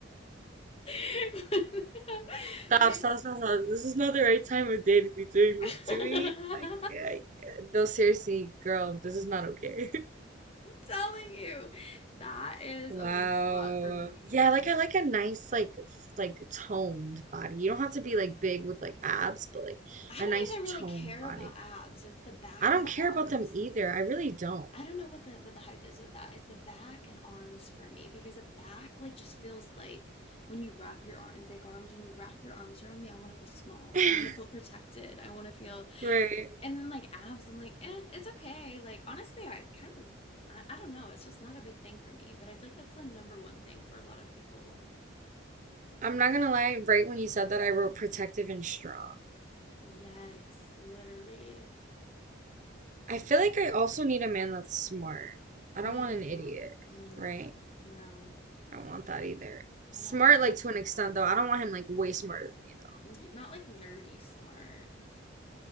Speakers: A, on the left; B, on the right.
A: <laughs>
B: Stop.
A: Like-
B: Stop. Stop. This is not the right time of day to be doing
A: <laughs>
B: this
A: I'm
B: to me. I can't. I can't. No, seriously, girl. This is not okay. <laughs>
A: telling you, that is
B: Wow.
A: a weak spot for me.
B: Yeah, like I like a nice like f- like toned body. You don't have to be like big with like abs, but like
A: I
B: a
A: don't
B: nice
A: even really
B: toned
A: care
B: body.
A: about abs. It's the back
B: I don't
A: and the
B: care
A: arms.
B: about them either. I really don't.
A: I don't know what the what the hype is with that. It's the back and arms for me because the back like just feels like when you wrap your arm in big arms, when you wrap your arms around me, I want to feel small.
B: <laughs>
A: I want to feel protected. I want to feel
B: Right.
A: and then like abs, I'm like, eh, it's okay. Like honestly, I kind of, I, I don't know. It's just not a big thing for me. But I feel like that's the number one thing for a lot of people.
B: I'm not gonna lie, right when you said that, I wrote protective and strong.
A: Yes, literally.
B: I feel like I also need a man that's smart. I don't
A: Mm-hmm.
B: want an idiot,
A: No,
B: right?
A: no,
B: I don't want that either. Smart,
A: I don't.
B: like to an extent, though. I don't want him like way smarter than me, though.
A: mm, Not like nerdy smart.